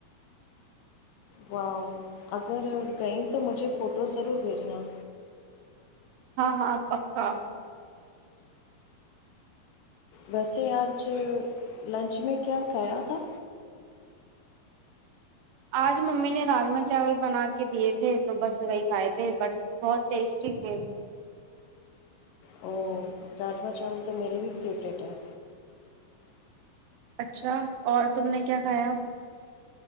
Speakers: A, on the left; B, on the right.
A: واؤ اگر گئیں تو مجھے فوٹو ضرور بھیجنا
B: ہاں ہاں پکا
A: ویسے آج لنچ میں کیا کھایا تھا
B: آج ممی نے راجما چاول بنا کے دیے تھے تو بس وہی کھائے تھے بٹ بہت ٹیسٹی تھے
A: او راجما چاول تو میرے بھی فیورٹ ہیں
B: اچھا اور تم نے کیا کھایا